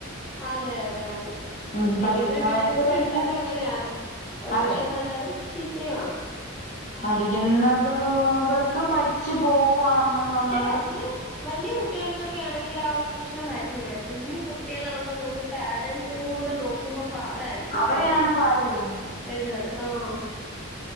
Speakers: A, in the centre; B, on the left (about 35°).
A: അതെ അതെയാണ്
B: ഉം
A: അപ്പൊ
B: പഠിക്കുന്നവർക്ക്
A: ഏതൊരു കാര്യത്തി
B: പഠിക്കാം
A: എടുത്താലും അങ്ങനെയാണ് ഒരു
B: അതെ
A: വഷം നല്ലതും ചീത്തയുമാണ്
B: പഠിക്കുന്നത് ഹോവൻർക്ക് പഠിച്ചു പോകുന്നെന്നുള്ളത്
A: പക്ഷെ വല്യ വലിയ കുട്ടികൾക്കൊക്കെ ആണെങ്കിൽ ആ ഒരു പ്രശ്നം വരുന്നില്ല കുഞ്ഞു കുട്ടികള ആകുമ്പോൾ നമ്മൾ പോരൻസും കൂടെ നോ നക്കുമ്പോ പാടായിരിക്കുംല്ലേ
B: അവിടെയാണ്
A: അത്
B: പാട് വരുന്നത്
A: വരുന്നത് ആഹ